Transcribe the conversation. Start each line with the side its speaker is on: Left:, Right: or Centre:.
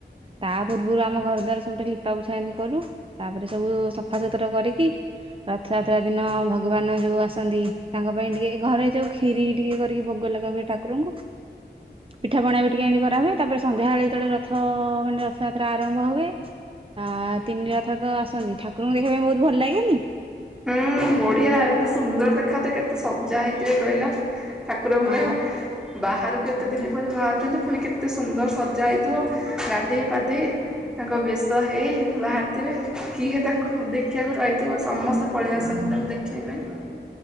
Right: ତା ପୂର୍ବରୁ ଆମ ଘର ଦ୍ୱାର ସବୁଠେ ଲିପାପୁଛା ଏମିତି କଲୁ ତାପରେ ସବୁ ସଫାସୁତୁରା କରିକି ରଥଯାତ୍ରା ଦିନ ଭଗବାନ ଯୋଉ ଆସନ୍ତି ତାଙ୍କ ପାଇଁ ଟିକେ ଘରେ ଯୋଉ ଖ୍ଷୀରି ଟିକେ କରିକି ଭୋଗ ଲଗାବେ ଠାକୁରଙ୍କୁ ପିଠା ପଣା ବି ଟିକେ ଏମିତି କରାହୁୁଏ ତାପରେ ସନ୍ଧ୍ୟାବେଳେ ତଳେ ରଥ ମାନେ ରଥ ଯାତ୍ରା ଆରମ୍ଭ ହୁଏ ଆ ତିନିଟି ରଥ ତ ଆସନ୍ତି ଠାକୁରଙ୍କୁ ଦେଖିବା ପାଇଁ ବହୁତ ଭଲ ଲାଗେନି
Centre: ହୁଁ ବଢିଆ ଏ ସୁନ୍ଦର ଦେଖା ତ କେତେ ସ୍ଜା ହେଇଥିବେ କହିଲା ଠାକୁର ହୁଡ଼ା
Right: ହଁ
Centre: ବାହାରୁ କେତେ ଦିନ ପରେ ବାହାରୁଛନ୍ତି ପୁଣି କେତେ ସୁନ୍ଦର ସଜା ହେଇଥିବ ଗାଧୋଇ ପାଧୋଇ ତାଙ୍କ ବେଶ ହେଇ ବାହାରିଥିବେ କିଏ ତାଙ୍କୁ ଦେଖିବାକୁ ରହିଲ ଥିବା ସମସ୍ତେ ପଳେଇଆ ଆସନ୍ତି ତାଙ୍କୁ ଦେଖେଇିବା ପାଇଁ